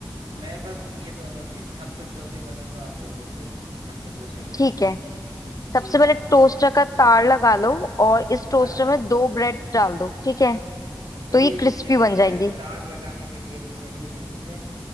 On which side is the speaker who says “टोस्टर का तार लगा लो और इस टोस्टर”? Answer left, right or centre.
Left